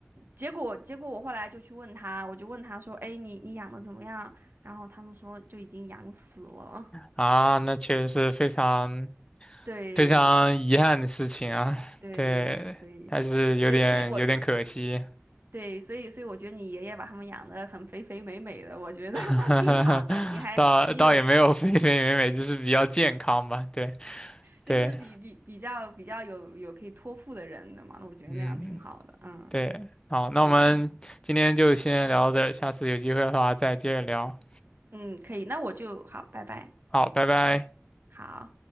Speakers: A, on the right; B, on the left.
A: 结果结果我后来就去问他，我就问他说，哎，你你养的怎么样？然后他们说就已经养死了。<laughs>
B: 啊。那确实是非常。
A: 对
B: 非常遗憾的事情啊，
A: 对，
B: 对，
A: 所以，
B: 还是有点有点可惜，
A: 所以，所以我，对，所以所以我觉得你爷爷把他们养得很肥肥美美的，我觉得
B: <laughs>
A: <laughs> 挺好的。你还你有
B: 倒倒也没有非非美美，就是比较健康吧，对
A: 就是比比比较比较有有可以托付的人的嘛，
B: 对，
A: 那我觉得那样挺好的。
B: 嗯
A: 嗯
B: 对，好，那我们今天就先聊到这儿，
A: 嗯
B: 下次有机会的话再接着聊，
A: 嗯，可以，那我就好，拜拜，
B: 好，拜拜。
A: 好。